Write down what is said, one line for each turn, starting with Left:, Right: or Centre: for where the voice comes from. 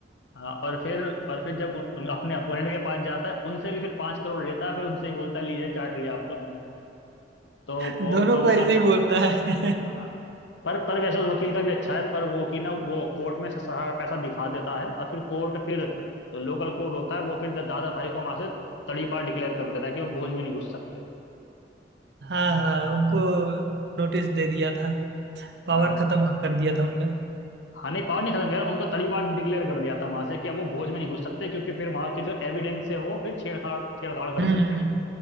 Left: हाँ और फिर और फिर जब उन, उन- अपने अपोनेंट के पास जाता है उनसे भी फिर पांच करोड़ लेता है फिर उनसे ही बोलता है लीजिए चाट लिया आपका नमक तो वो
Right: दोनों
Left: तो
Right: को
Left: वो
Right: ऐसे
Left: काफी
Right: ही बोलता है
Left: हाँ
Right: <laughs>
Left: पर पर वैसे तो वकील का भी अच्छा है पर वो कि ना वो कोर्ट में से सारा पैसा दिखा देता है और फिर कोर्ट फिर जो लोकल कोर्ट होता है वो फिर द- दादा भाई को वहां से तड़ीपार डिक्लेयर कर देता है कि वो भोज में नहीं घुस सकते
Right: हाँ हाँ उनको नोटिस दे दिया था पावर
Left: हाँ
Right: खत्म कर दिया था उनका
Left: हाँ नहीं पावर नहीं खत्म कर उनको तड़ीपार डिक्लेयर कर दिया था वहां से कि अब वो भोज में नहीं घुस सकते क्योंकि फिर वहां के जो एविडेंस है वो फिर छेड़छाड़ छेड़छाड़ कर
Right: हम्म
Left: सकते हैं